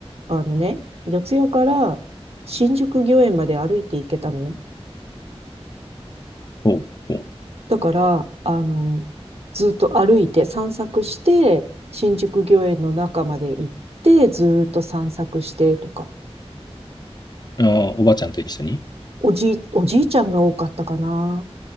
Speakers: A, on the right; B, on the left.
A: あのね、四谷から新宿御苑まで歩いて行けたのね。
B: おう、おう。
A: だから、あの、ずっと歩いて散策して、新宿御苑の中まで行って、ずっと散策してとか。
B: ああ、おばあちゃんと一緒に。
A: おじい、おじいちゃんが多かったかな。